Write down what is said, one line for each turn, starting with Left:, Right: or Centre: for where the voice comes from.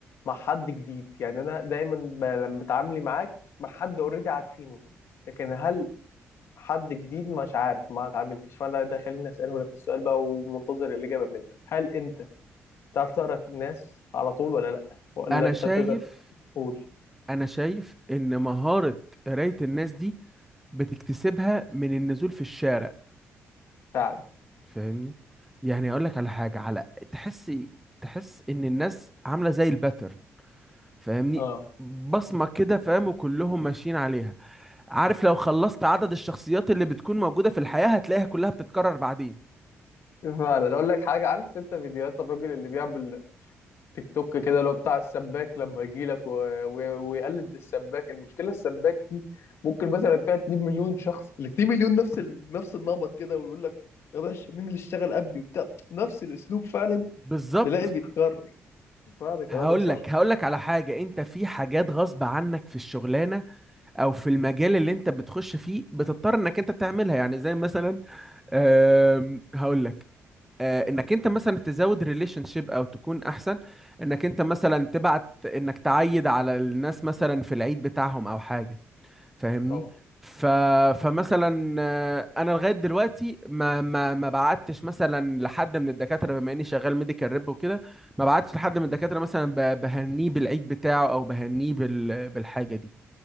Left: مع حد جديد يعني أنا دايما ب- لما اتعاملي معاك مع حد أوريدي عارفينه لكن هل حد جديد مش عارف ما اتعاملتش فأنا ده خليني أسأله لك السؤال بقى ومنتظر الإجابة منك هل أنت تعرف تقرأ الناس على طول ولا لأ ولا
Centre: انا
Left: أنت
Centre: شايف
Left: تقدر قول
Centre: انا شايف ان مهارة قراية الناس دي بتكتسبها من النزول في الشارع
Left: فعلا
Centre: فاهمني يعني اقول لك على حاجة على تحس تحس ان الناس عاملة زي الباتر فاهمني
Left: اه
Centre: بصمة كده فاهم وكلهم ماشيين عليها عارف لو خلصت عدد الشخصيات اللي بتكون موجودة في الحياة هتلاقيها كلها بتتكرر بعدين
Left: فعلا اقول لك حاجه عارف انت فيديوهات الراجل اللي بيعمل تيك توك كده اللي هو بتاع السباك لما يجي لك و... و... ويقلد السباك المشكله السباك دي ممكن مثلا فيها 2 مليون شخص ال 2 مليون نفس ال... نفس النمط كده ويقول لك يا باشا مين اللي اشتغل قبلي وبتاع نفس الاسلوب فعلا
Centre: بالظبط
Left: تلاقي بيتكرر فعلا كلامك
Centre: هقول
Left: صح
Centre: لك هقول لك على حاجة انت في حاجات غصب عنك في الشغلانة او في المجال اللي انت بتخش فيه بتضطر انك انت تعملها يعني زي مثلا آمم، هقول لك آه، انك انت مثلا تزود ريليشن شيب او تكون احسن انك انت مثلا تبعت انك تعيد على الناس مثلا في العيد بتاعهم او حاجة فاهمني
Left: طبعا
Centre: ف... فمثلا آه، انا لغايه دلوقتي ما ما ما بعتش مثلا لحد من الدكاتره بما اني شغال ميديكال ريب وكده ما بعتش لحد من الدكاتره مثلا ب... بهنيه بالعيد بتاعه او بهنيه بال... بالحاجه دي